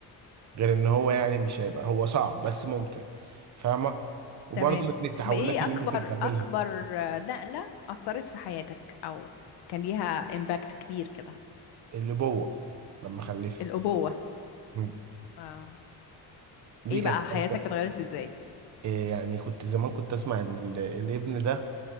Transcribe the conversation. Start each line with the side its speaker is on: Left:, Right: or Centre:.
Right: غير ان هو يعني مش هيبقى هو صعب بس ممتع فاهمه وبرضو
Left: تمام
Right: من التحولات
Left: طب ايه
Right: اللي
Left: اكبر
Right: ممكن تقابلها
Left: اكبر نقلة اثرت في حياتك او كان ليها امباكت كبير كده
Right: الابوه لما خلفت
Left: الابوة
Right: مم.
Left: اه
Right: دي
Left: ايه
Right: كانت
Left: بقى حياتك
Right: تجربة.
Left: اتغيرت ازاي
Right: إيه يعني كنت زمان كنت اسمع ان ال- الابن ده